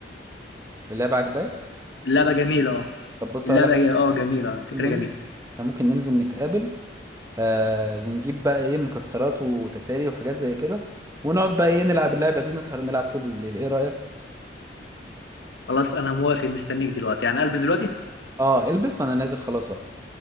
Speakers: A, on the right (about 15°); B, on the left (about 75°).
A: اللعبة عجباك
B: اللعبه جميله اه
A: طب بص
B: اللعبه
A: اقول لك على-
B: ج- اه جميله
A: ممكن
B: فكره
A: ننزل
B: جميله
A: احنا ممكن ننزل نتقابل آه ونجيب بقى ايه مكسرات وتسالي وحاجات زي كده ونقعد بقى ايه نلعب اللعبة دي نسهر نلعب طول الليل ايه رأيك
B: خلاص انا موافق مستنيك دلوقتي يعني البس دلوقتي
A: اه البس وانا نازل خلاص اهو